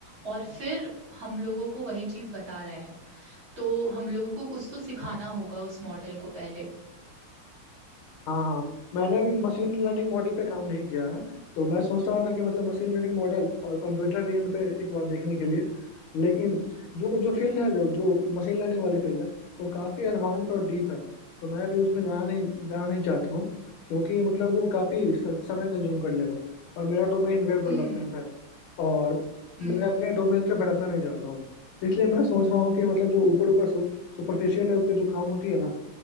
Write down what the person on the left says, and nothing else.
हम्म,
हाँ हाँ मैंने अभी मशीन लर्निंग मॉडल पे काम नहीं किया है तो मैं सोच रहा था कि मतलब मशीन लर्निंग मॉडल और कंप्यूटर विजन पे एक बार देखने के लिए लेकिन जो जो फील्ड है जो जो मशीन लर्निंग वाली फील्ड है वो काफ़ी एडवांस और डीप है तो मैं अभी उसमें जाना नहीं जाना नहीं चाहता हूँ क्योंकि मतलब वो काफ़ी समय कंज्यूम कर लेगा और मेरा डोमेन वेब
डेवलपमेंट है और
मैं अपने डोमेन से भटकना नहीं चाहता हूँ इसलिए मैं सोच रहा हूँ कि मतलब जो ऊपर ऊपर सुपरफिशियल लेवल पे जो काम होती है ना